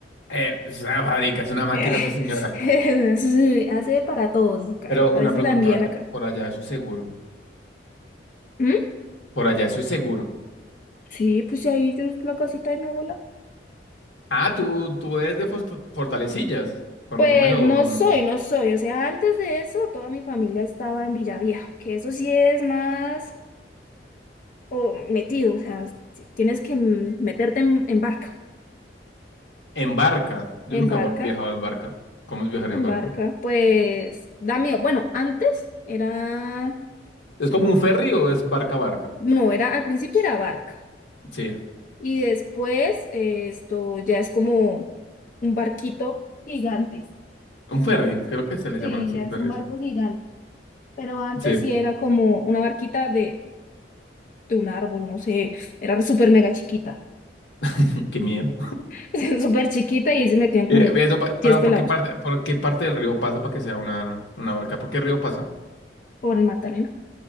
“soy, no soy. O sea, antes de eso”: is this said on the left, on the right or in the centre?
Left